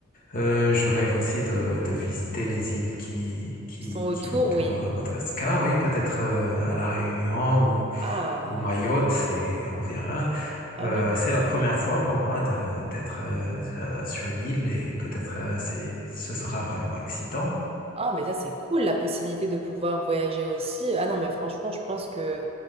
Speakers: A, on the left; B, on the right.
A: Euh, je rêve aussi de, de visiter les îles qui, qui,
B: Ils sont autour,
A: qui entourent
B: oui.
A: euh, Madagascar. Oui, peut-être euh, à La Réunion ou,
B: Ah,
A: ou Mayotte, c'est, on verra.
B: ah
A: Euh,
B: oui.
A: c'est la première fois pour moi de- d'être euh, euh, sur une île et peut-être euh, c'est, ce sera vraiment excitant.
B: Ah, mais ça, c'est cool, la possibilité de pouvoir voyager aussi. Ah non, mais franchement, je pense que...